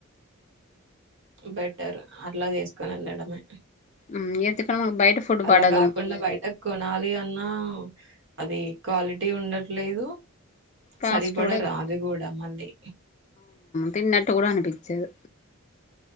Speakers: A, on the right; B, on the left.
A: బెటర్ అట్లా చేసుకోని ఎళ్లడమే
B: ఉమ్, ఎందుకంటే మనకు బయట ఫుడ్
A: అలా
B: పడదు
A: కాకుండా
B: మళ్ళీ
A: బయటకు కొనాలి అన్న అది క్వాలిటీ ఉండట్లేదు
B: కాస్ట్
A: సరిపడ
B: కూడా ఎక్-
A: రాదు గూడా మళ్ళీ
B: తిన్నట్ గూడా అన్పిచ్చదు